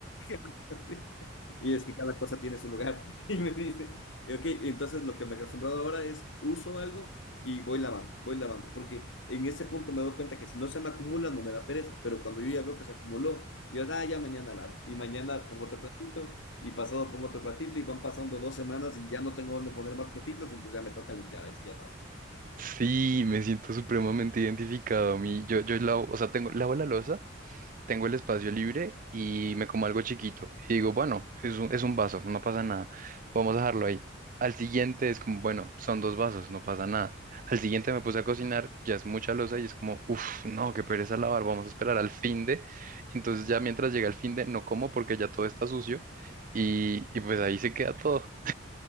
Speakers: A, on the left; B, on the right.
A: <laughs> Y es que cada cosa tiene su lugar. <laughs> Y me dice, y ok, entonces lo que me he acostumbrado ahora es uso algo y voy lavando, voy lavando, porque en ese punto me doy cuenta que si no se me acumula no me da pereza, pero cuando yo ya veo que se acumuló, yo ah, ya mañana lavo y mañana pongo otro platito y pasado pongo otro platito y van pasando dos semanas y ya no tengo dónde poner más platitos, entonces ya me toca limpiar, así ya nada.
B: Sí, me siento supremamente identificado a mí. Yo, yo lavo, o sea, tengo, lavo la loza tengo el espacio libre y me como algo chiquito. Y digo, bueno, es un, es un vaso, no pasa nada, vamos a dejarlo ahí. Al siguiente es como, bueno, son dos vasos, no pasa nada. Al siguiente me puse a cocinar, ya es mucha losa y es como, uff, no, qué pereza lavar, vamos a esperar al fin de. Entonces ya mientras llega el fin de, no como porque ya todo está sucio y, y pues ahí se queda todo.